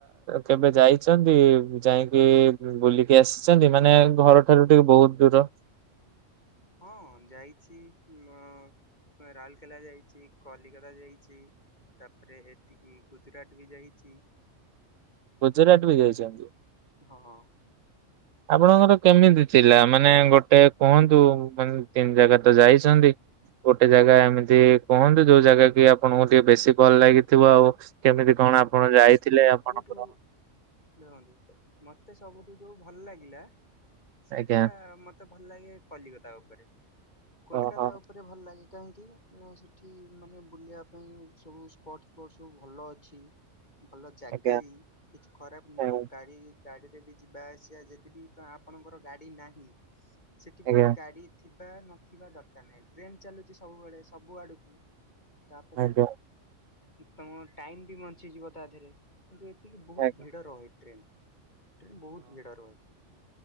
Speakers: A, on the right; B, on the left.
A: କେବେ ଯାଇ ଚନ୍ତି ଯାଇକି ବୁଲିକି ଆସିଛନ୍ତି ମାନେ ଘରଠାରୁ ଟିକେ ବହୁତ ଦୂର।
B: ହଁ ଯାଇଛି ଉଁ ରାଉରକେଲା ଯାଇଛି କଲିକତା ଯାଇଛି। ତାପରେ ଏଠିକି ଗୁଜୁରାଟ ବି ଯାଇଛି।
A: ଗୁଜୁରାଟ ବି ଯାଇଚନ୍ତି।
B: ହଁ ହଁ।
A: ଆପଣଙ୍କର କେମିତି ଥିଲା ମାନେ ଗୋଟେ କୁହନ୍ତୁ ମାନେ ତିନି ଜାଗା ତ ଯାଇଛନ୍ତି। ଗୋଟେ ଜାଗା ଏମିତି କୁହନ୍ତୁ ଯୋଉ ଜାଗା କି ଆପଣଙ୍କୁ ଟିକେ ବେଶୀ ଭଲ ଲାଗିଥିବ ଆଉ କେମିତି କଣ ଆପଣ ଯାଇଥିଲେ ଆପଣ?
B: ନ୍ତୁ ଦେଖନ୍ତୁ ମତେ ସବୁଠୁ ଯୋଉ ଭଲ ଲାଗିଲା। ସେଇଟା
A: ଆଜ୍ଞା
B: ମତେ ଭଲ ଲାଗେ କଲକତା ଉପରେ କୋଲକାତା
A: ଓହୋ
B: ଉପରେ ଭଲ ଲାଗେ କାହିଁକି? ନା ସେଠି ମାନେ ବୁଲିବା ପାଇଁ ସବୁ ସ୍ପର୍ଟ ସ୍ପର୍ଟ ସବୁ ଭଲ ଅଛି। ଭଲ ଜାଗା
A: ଆଜ୍ଞା
B: ବି କିଛି ଖରାପ
A: ଆଜ୍ଞା
B: ନୁହଁ ଗାଡି ଗାଡ଼ିରେ ବି ଯିବା ଆସିବା ଯଦି ବିି ତ ଆପଣଙ୍କର ଗାଡ଼ି ନାହିଁ ସେଠି
A: ଆଜ୍ଞା
B: ବି ଗାଡ଼ି ଥିବା ନଥିବା ଦରକାର ନାହିଁ ଟ୍ରେନ୍ ଚାଲୁଛି ସବୁବେଳେ ସବୁ ଆଡ଼କୁ ତାପରେ
A: ଆଜ୍ଞା
B: ତମ ଟାଇମ ବି ବଞ୍ଚିଯିବ ତା ଦେହରେ। କିନ୍ତୁ ଏତିକି ବହୁତ
A: ଆଜ୍ଞା।
B: ଭିଡ ରହେ ଟ୍ରେନ ଟ୍ରେନ ବହୁତ ଭିଡ ରହେ।